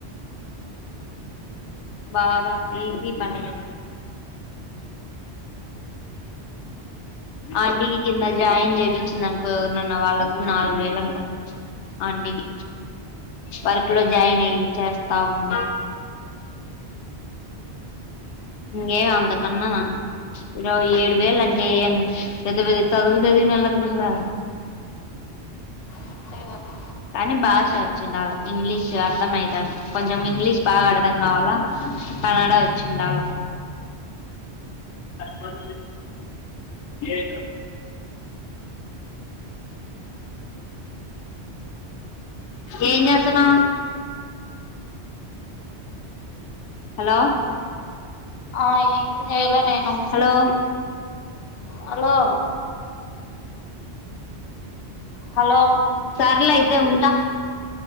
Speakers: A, on the left; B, on the left.
A: బాగా ఈజీ పని ఆంటికి కింద జాయిన్ చేపించింది అనుకో ఎవరున్న వాళ్ళ కూడా నాలుగు వేలుంట ఆంటికి వర్క్ లో జాయిన్ అయ చేస్తా ఉంది ఇకేం అంత కన్నా ఇరో ఏడు వేలు అంటే పెద్ద పెద్ద చదువు చదివినా వాళ్ళకి కూడా రాదు
B: అంతే కదా
A: కానీ భాష వచ్చిండ వాళ్ళు ఇంగ్లీష్ అర్ధ అయితంది కొంచెం ఇంగ్లీష్ బాగా అర్థం కావాలా కనాడ వచ్చండాల మ ఇే ఏ ఏం చేస్తునావ్ హలో
B: ఆ ఏం చేయలే నేను
A: హలో
B: హలో హలో
A: సర్లు అయితే ఉంటా